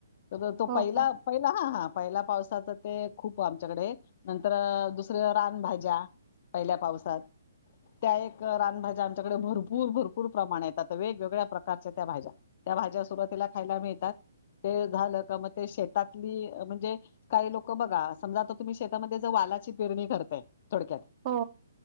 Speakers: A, on the left; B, on the right.
A: तर तो
B: हो
A: पहिला
B: का?
A: पहिला हा हा... पहिला पावसाचं ते खूप आमच्याकडे नंतर दुसरे रानभाज्या... पहिल्या पावसात... त्या एक रानभाज्या आमच्याकडे भरपूर भरपूर प्रमाण येतात वेगवेगळ्या प्रकारच्या त्या भाज्या त्या भाज्या सुरुवातीला खायला मिळतात... ते झालं का मग ते शेतातली म्हणजे काही लोक बघा समजा आता तुम्ही शेतामध्ये वाला... पेरणी करताय... थोडक्यात
B: हो....